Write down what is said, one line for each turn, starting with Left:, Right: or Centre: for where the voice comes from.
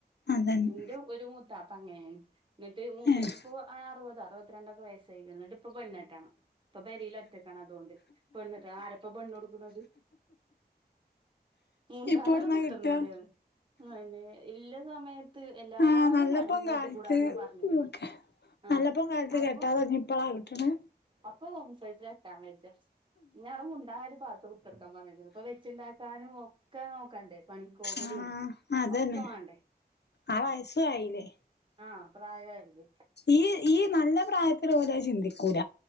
Left: അതന്നെ
Right: എന്റെ ഒരു മുത്താപ്പ അങ്ങനെണ് എന്നിട്ട് മുപ്പര്ക്ക്
Left: ഏഹ്
Right: ഇപ്പോ അറുപത് അറുപത്തിരണ്ടക്കെ വയസ്സായിക്ക്ണ് ഇന്നിട്ട് ഇപ്പംപെണ്ണ്ട്ടണം ഇപ്പൊ പെരില് ഒറ്റക്കാണ് അതുകൊണ്ട് പെണ്ണട്ടണംആരപ്പൊ പെണ്ണു കൊടുക്ക്ണത് മുണ്ടാത
Left: ഇപ്പൊ എവിടുന്നാ
Right: അവ്ടെ കുത്തറ്ന്നോളി
Left: കിട്ടാ
Right: <unintelligible> അതന്നെ ഇല്ല സമയത്ത് ത്ത് എല്ലാരും
Left: ആഹ് നല്ലപ്പം
Right: ഇങ്ങോട്ട്
Left: കാലത്ത്
Right: കൂടാന്ന് പറഞ്ഞ്ക്ക്ണ്
Left: ഒക്കെ
Right: ആഹ
Left: നല്ലപ്പം കാലത്ത്
Right: അപ്പൊ
Left: കെട്ടാതെ ഇപ്പളാ കിട്ടണ്
Right: അപ്പം <unintelligible> ഇന്നെ മുണ്ടാതെ പാത്ത് കുത്തർക്കാൻ പറഞ്ഞിക്ക്ണ് ഇപ്പൊ വെച്ചുണ്ടാക്കാനും ഒക്കെ നോക്കണ്ടേ പണിക്കോകലും
Left: ആഹ് അതന്നെ
Right: ഒക്ക വേണ്ടേ
Left: ആ വയസു ആയില്ലേ
Right: ആഹ പ്രായയിലെ
Left: ഈ ഈ നല്ല പ്രായത്തിൽ ഓല് അഹ് ചിന്തിക്കൂല